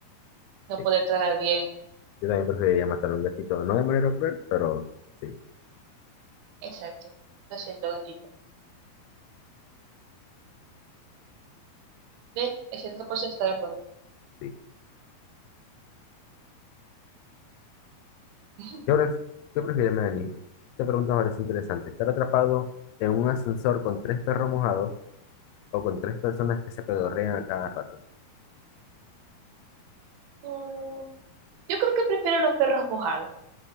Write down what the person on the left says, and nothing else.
Sí.
Yo también preferiría matar a un gatito, no de manera cruel, pero sí,
sí.
¿Qué, pref- qué prefiere Melanie? Esta pregunta me parece interesante. ¿Estar atrapado en un ascensor con tres perros mojados o con tres personas que se pedorrean a cada rato?